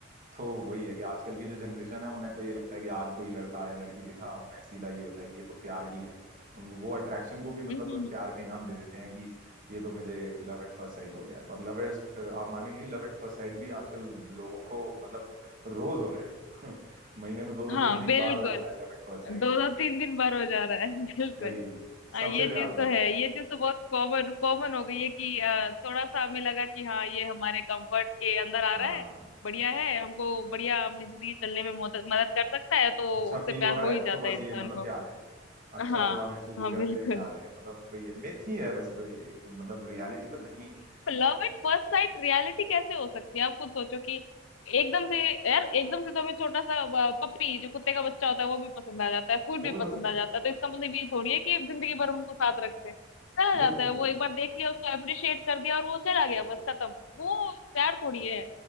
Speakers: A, on the right (about 40°); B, on the left (about 80°).
A: तो वही है कि आजकल की जो जनरेशन है उन्हें तो ये लगता है कि आज कोई लड़का या लड़की दिखा उन्हें सीधा ये होता है कि ये तो प्यार ही है उनको वो अट्रैक्शन को भी मतलब
B: हम्म हम्म, हम्म।
A: प्यार का इनाम दे देते हैं कि ये तो मुझे लव एट फर्स्ट साइट हो गया है। और लव एट आप मानेंगे नहीं लव एट फर्स्ट साइट भी आजकल लोगों को मतलब रोज हो रहा है <laughs> महीने में दो दो
B: हाँ
A: तीन तीन
B: बिल्कुल
A: बार हो जाता है लव एट फर्स्ट साइट
B: दो दो तीन दिन बार हो जा रहा है <laughs> बिल्कुल
A: वही
B: हाँ
A: सबसे
B: ये
A: प्यार
B: चीज
A: हो जाता
B: तो है
A: है
B: ये चीज तो बहुत कॉमन कॉमन हो गई है कि अ, थोड़ा सा हमें लगा कि हाँ ये हमारे कंफर्ट के अंदर आ
A: हाँ
B: रहा है बढ़िया है हमको बढ़िया अपनी जिंदगी चलने में मदद मदद कर सकता है तो
A: अच्छा
B: उससे
A: फील
B: प्यार
A: हो रहा
B: हो
A: है
B: ही जाता
A: तो बस
B: है इंसान
A: ये मतलब
B: को
A: प्यार है अच्छा
B: हाँ
A: थोड़ा महसूस
B: हाँ
A: हो गया
B: बिल्कुल
A: तो ये प्यार है मतलब वही है मिथ ही है वैसे तो ये एक, मतलब रियलिटी तो नहीं ही है
B: Love at first sight reality कैसे हो सकती है आप खुद सोचो कि एकदम से यार एकदम से तो हमें छोटा सा पपी जो कुत्ते का बच्चा होता है वो भी पसंद आ जाता है फूड
A: वो
B: भी
A: भी
B: पसंद
A: पसंद
B: आ
A: आ
B: जाता
A: जाता
B: है तो इसका मतलब ये थोड़ी है कि जिंदगी भर हम उनको साथ रखते हैं चला जाता
A: बिल्कुल
B: है वो
A: बिल्कुल
B: एक बार देख लिया उसको अप्रिशिएट कर दिया और वो चला गया बस खत्म वो प्यार थोड़ी है